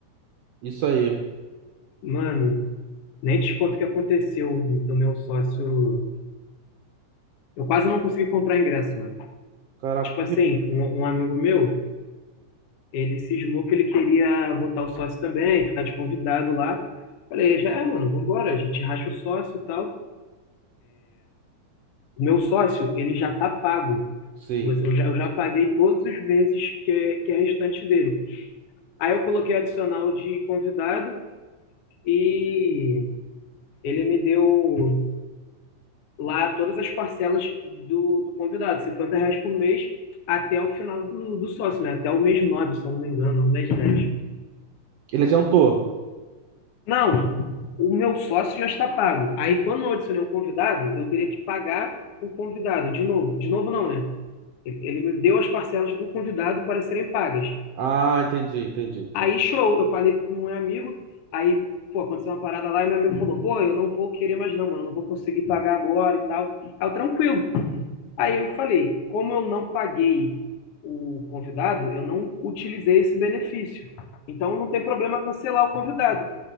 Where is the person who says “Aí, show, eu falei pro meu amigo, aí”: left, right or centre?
Left